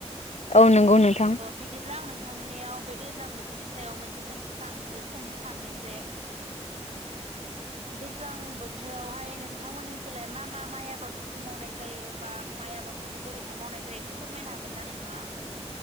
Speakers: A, on the left; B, on the right.
A: औ नंगौ नोंथां।
B: बिदिब्ला आं नोंथांनियाव बे दैज्लां बोथोरनि सायाव मोनसे सोंथि सो सोंनो सानदों जे दैज्लां बोथोर बोथोरावहाय नोंथांमोननि सोलाय मा मा माइ आबादफोरखौ मावनाय जायो? बा माइ आबाद फोरखौ बोरैहाय मावनाय जायो एसे फोरमायनो हागोन ना नोंथाङा।